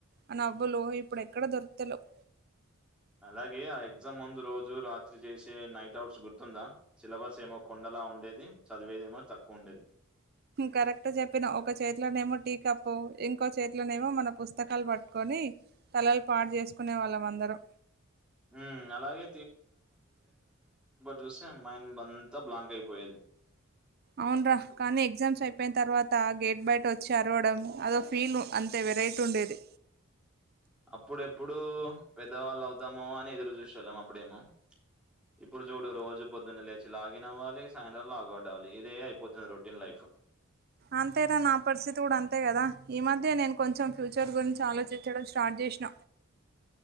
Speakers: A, on the right; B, in the centre.
A: అ నవ్వులు ఇప్పుడు ఎక్కడ దొరుకుతలెవ్
B: అలాగే ఆ ఎగ్జామ్ ముందు రోజు రాత్రి చేసే నైట్ అవుట్స్ గుర్తుందా సిలబస్ ఏమో కొండలా డేది చదివేదిేమో తక్కువ ఉండేది
A: కరెక్ట్ చెప్పినవ్ ఒక చేతిలోనేమో టీకప్పు ఇంకో చేతిలోనేమో మన పుస్తకాలు పట్టుకొని తలలు పాటు చేసుకునే వాళ్ళం అందరం
B: ఉమ్, అలాగే చూస్టే మైండ్ అంతా బ్లాంక్ అయిపోయేది
A: అవును రా కానీ ఎగ్జామ్స్ అయిపోయిన తర్వాత అ గేట్ బయట వచ్చి అరవడం అదో ఫీల్ అంతే వెరైటీ ఉండేది
B: అప్పుడెప్పుడు పెద్దవాళ్ళు అవుతాముో అని ఎదురు చూసే వెళ్ళం అప్పుడేమో ఇప్పుడు చూడు రోజు పొద్దున్నే లేచి లాగిన్ అవ్వాలి సాయంత్రం లాగవుట్ అవ్వలి ఇదే అయిపోతుంది రొటీన్ లైఫ్
A: అంతేరా నా పరిస్థితి కూడా అంతే కదా ఈ మద్యే నేను కొంచెం ఫ్యూచర్ గురించి ఆలోచించడం స్టార్ట్ చేస్ ష్న